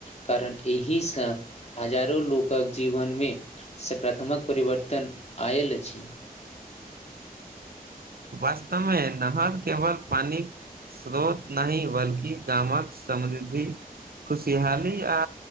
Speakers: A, on the left (about 45°); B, on the right (about 75°).
A: कारण एहिसँ हजारो लोकक जीवन मे सकारात्मक परिवर्तन आयल अछि
B: वास्तव मे नहर केवल पानि स्रोत नहि बल्कि गामक समृद्धि खुशहाली आ